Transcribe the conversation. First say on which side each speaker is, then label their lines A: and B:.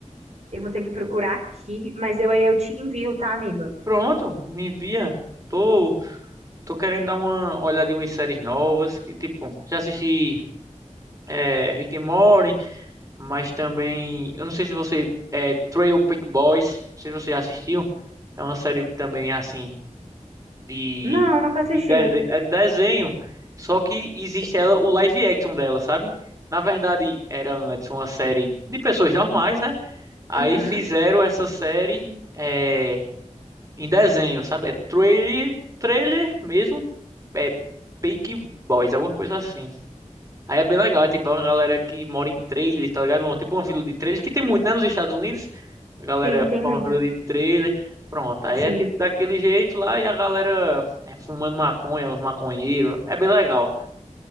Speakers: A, on the right (about 60°); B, on the right (about 25°).
A: Eu vou ter que procurar aqui, mas eu, aí eu te envio, tá, amiga?
B: Pronto, me envia. Tô, tô querendo dar uma olhadinha em umas séries novas que, tipo, já assisti é, Rick and Morty. Mas também, eu não sei se você é Trail Peak Boys, não sei se você já assistiu. É uma série também assim de
A: Não, nunca assisti.
B: de desenho, é desenho, só que existe ela o live action dela, sabe? Na verdade, era antes uma série de pessoas normais, né? Aí
A: Uhum.
B: fizeram essa série é, em desenho, sabe? É trailer, trailer mesmo, é Peak Boys, alguma coisa assim. Aí é bem legal, é tipo é uma galera que mora em trailer, tá ligado? Bom, tipo uma vila de trailer, que tem muito, né, nos Estados Unidos. A galera
A: Sim, tem
B: forma
A: muito.
B: uma vila de trailer. Pronto, aí
A: Sim,
B: é tipo daquele jeito lá e a galera é fumando maconha, uns maconheiros. É bem legal.